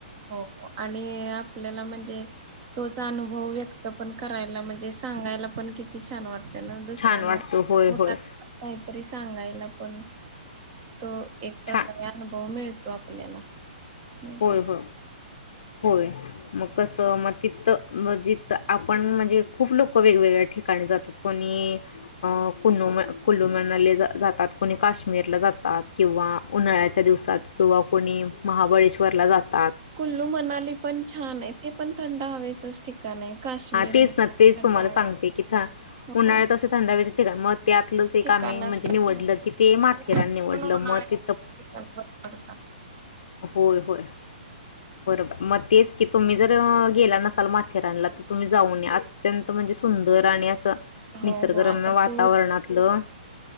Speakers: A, on the right; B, on the left.
A: हो आणि आपल्याला म्हणजे तोचा अनुभव व्यक्त पण करायला म्हणजे सांगायला पण किती छान वाटत. त्यांना दुसऱ्यांना
B: छान वाटतो होय
A: मुला
B: होय
A: काहीतरी सांगायला पण तो एक प्रकारे
B: छान
A: अनुभव मिळतो आपल्याला. नाही
B: होय
A: का
B: हो. होय मग कस मग तिथ जिथ आपण म्हणजे खूप लोक वेगवेग ळ्या ठिकाणी जातात कोणी कु कुलूमनालीला जातात कोणी काश्मीरला जातात किंवा उन्हाळ्याच्या दिवसात किंवा कोणी महाबळेश्वरला जात.
A: कुल्लू मनाली पण छान आहे ते पण थंड हवेच ठिका ण आहे. काश्मीर
B: हां तेच
A: म्हणा
B: ना तेच
A: थंडा
B: तुम्हाला
A: हवेचं
B: सांगते की थ
A: हो
B: उन्हाळ्यात असे थंड हवेचे ठिकाण मग त्यातलंच एक
A: ठिकाणच
B: आम्ही म्हणजे निवडलं
A: हो.
B: कि ते माथेरान
A: जास्त
B: निवडलं
A: करून उन्हाळ्यात
B: मग
A: ठिकाण बरी पडतात
B: हो हो बरोबर मग तेच की तुम्ही जर गेला नसाल माथेरानला तर तुम्ही जाऊन अत्यंत म्हणजे सुंदर आणि असं
A: हो
B: निसर्गरम्य
A: हो आता
B: वातावरणातलं
A: तू